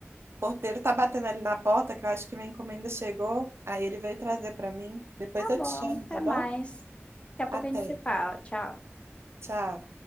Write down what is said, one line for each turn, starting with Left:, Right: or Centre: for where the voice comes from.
Right: porteiro tá batendo ali na porta, que eu acho que minha encomenda chegou. Aí ele veio trazer pra mim. Depois
Left: Tá
Right: eu
Left: bom,
Right: te chamo,
Left: até
Right: tá bom?
Left: mais. Daqui
Right: Até.
Left: a pouco a gente se fala. Tchau.
Right: Tchau.